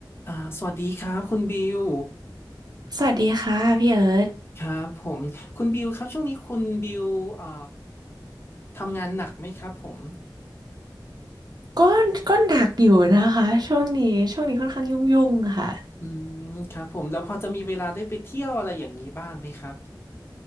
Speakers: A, on the left; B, on the right.
A: อ่าสวัสดีครับคุณบิว
B: สวัสดีค่ะพี่เอิร์ธ
A: ครับผมคุณบิวครับช่วงนี้คุณบิวอ่าทำงานหนักไหมครับผม
B: ก็ก็หนักอยู่นะคะช่วงนี้ช่วงนี้ค่อนข้างยุ่งๆค่ะ
A: อืมครับผมแล้วพอจะมีเวลาได้ไปเที่ยวอะไรอย่างนี้บ้างไหมครับ